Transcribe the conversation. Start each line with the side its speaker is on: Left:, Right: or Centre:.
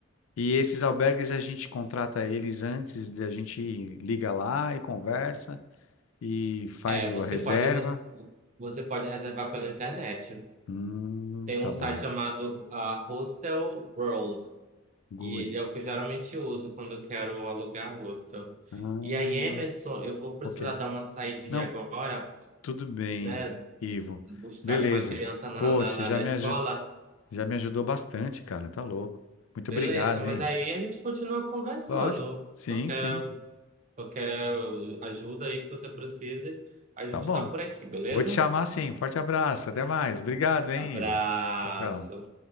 Left: E esses albergues a gente contrata eles antes, a gente liga lá e conversa e faz
Right: É,
Left: o-
Right: você
Left: a reserva.
Right: pode você, você pode reservar pela internet.
Left: Hum,
Right: Tem
Left: tá
Right: um site
Left: bom.
Right: chamado ah, Hostel World
Left: Good.
Right: e ele é o que eu geralmente uso quando eu quero alugar hostel.
Left: Ah,
Right: E aí, Emerson, eu vou precisar
Left: ok.
Right: dar uma saidinha
Left: Não,
Right: agora,
Left: tudo bem,
Right: né?
Left: Ivo.
Right: Buscar
Left: Beleza.
Right: uma criança na,
Left: Ô,
Right: na,
Left: você
Right: na,
Left: já
Right: na
Left: me,
Right: escola.
Left: aju- já me ajudou bastante, cara. Tá louco. Muito
Right: Beleza,
Left: obrigado,
Right: mas
Left: hein?
Right: aí a gente continua conversando.
Left: Lógico. Sim,
Right: Qualquer,
Left: sim.
Right: qualquer ajuda aí que você precise, a gente
Left: Tá bom.
Right: está por aqui, beleza?
Left: Vou te chamar sim. Forte abraço. Até mais. Obrigado, hein,
Right: Abraço.
Left: Ivo. Tchau, tchau.